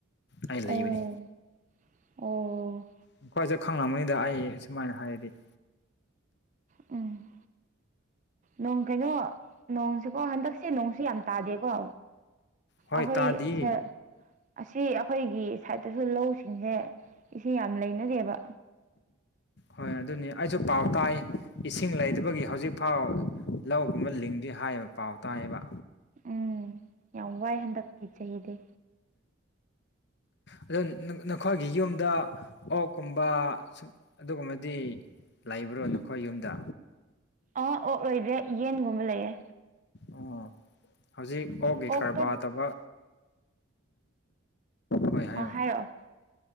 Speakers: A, on the left; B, on the right.
A: ꯑꯩ
B: ꯑꯣ
A: ꯂꯩꯕꯅꯤ
B: ꯑꯣ
A: ꯑꯩꯈꯣꯏꯖꯦ ꯈꯪꯉꯝꯅꯤꯗ ꯑꯩ ꯁꯨꯃꯥꯏꯅ ꯍꯥꯏꯔꯗꯤ
B: ꯎꯝ ꯅꯣꯡ ꯀꯩꯅꯣ ꯅꯣꯡꯁꯦꯀꯣ ꯍꯟꯗꯛꯁꯦ ꯅꯣꯡꯁꯦ ꯌꯥꯝ ꯇꯥꯗꯦꯀꯣ
A: ꯍꯣꯏ
B: ꯑꯩꯈꯣꯏ
A: ꯇꯥꯗꯤ
B: ꯑꯥꯁꯦ ꯑꯁꯤ ꯑꯩꯈꯣꯏꯒꯤ ꯁꯥꯏꯠꯇꯁꯨ ꯂꯧꯁꯤꯡꯁꯦ ꯏꯁꯤꯡ ꯌꯥꯝ ꯂꯩꯅꯗꯦꯕ
A: ꯍꯣꯏ ꯑꯗꯨꯅꯤ ꯑꯩꯁꯨ ꯄꯥꯎ ꯇꯥꯏ ꯏꯁꯤꯡ ꯂꯩꯇꯕꯒꯤ ꯍꯧꯖꯤꯛꯐꯥꯎ ꯂꯧꯒꯨꯝꯕ ꯂꯤꯡꯗꯦ ꯍꯥꯏꯌꯦꯕ ꯄꯥꯎ ꯇꯥꯏꯑꯦꯕ
B: ꯎꯝ ꯌꯥꯝ ꯋꯥꯏ ꯍꯟꯗꯛꯀꯤ ꯆꯍꯤꯗꯤ
A: ꯍꯣꯏ ꯑꯗꯣ ꯅꯈꯣꯏꯒꯤ ꯌꯨꯝꯗ ꯑꯣꯛꯀꯨꯝꯕ ꯁꯨꯝ ꯑꯗꯨꯒꯨꯝꯕꯗꯤ ꯂꯩꯕ꯭ꯔꯣ ꯅꯈꯣꯏ ꯌꯨꯝꯗ
B: ꯑꯥ ꯑꯣꯛ ꯂꯣꯏꯗꯦ ꯌꯦꯟꯒꯨꯝꯕ ꯂꯩꯌꯦ
A: ꯑꯣ ꯍꯧꯖꯤꯛ ꯑꯣꯛꯀꯤ
B: ꯑꯣꯛꯇꯣ
A: ꯀꯔꯕꯥꯔ ꯇꯧꯕ ꯍꯣꯏ ꯍꯥꯏꯌꯣ
B: ꯑꯥ ꯍꯥꯏꯔꯛꯑꯣ